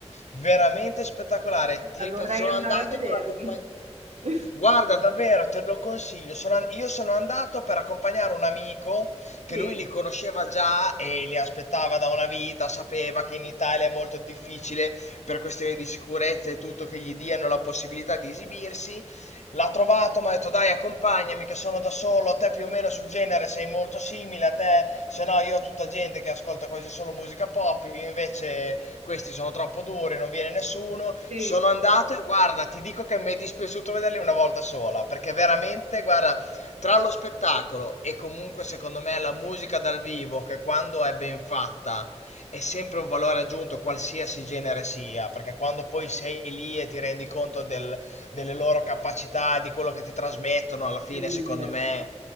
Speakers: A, on the left (about 85°); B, on the right (about 75°).
A: veramente spettacolare. Ti
B: Eh,
A: ripeto,
B: Vorrei
A: sono
B: andare
A: andato
B: a vederli.
A: per accompagnare.
B: <laughs>
A: Guarda, davvero, te lo consiglio. Sono an- io sono andato per accompagnare un amico che
B: Sì,
A: lui li conosceva già e li aspettava da una vita, sapeva che in Italia è molto difficile per questioni di sicurezza e tutto che gli diano la possibilità di esibirsi. L'ha trovato, mi ha detto dai, accompagnami che sono da solo, te più o meno sul genere sei molto simile a te, se no io ho tutta gente che ascolta quasi solo musica pop, io invece questi sono troppo duri, non viene nessuno.
B: Sì,
A: Sono andato e guarda, ti dico che mi è dispiaciuto vederli una volta sola, perché veramente, guarda, tra lo spettacolo e comunque secondo me la musica dal vivo, che quando è ben fatta è sempre un valore aggiunto, qualsiasi genere sia, perché quando poi sei lì e ti rendi conto del- delle loro capacità, di quello che ti trasmettono, alla fine,
B: incredibile,
A: secondo me...